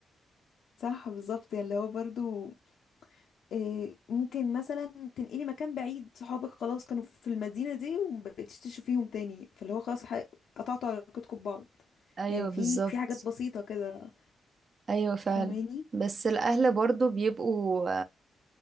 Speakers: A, on the left; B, on the right.
A: صح بالظبط يعني اللي هو برضو إيه ممكن مثلا تنقلي مكان بعيد صحابك خلاص كانوا في المدينة دي ومبقتيش تشوفيهم تاني فاللي هو خلاص ح- قطعتوا علاقتكم ببعض
B: ايوه
A: يعني
B: بالظبط
A: في في حاجات بسيطة كده
B: ايوه فعلا
A: فاهماني
B: بس الاهل برضو بيبقوا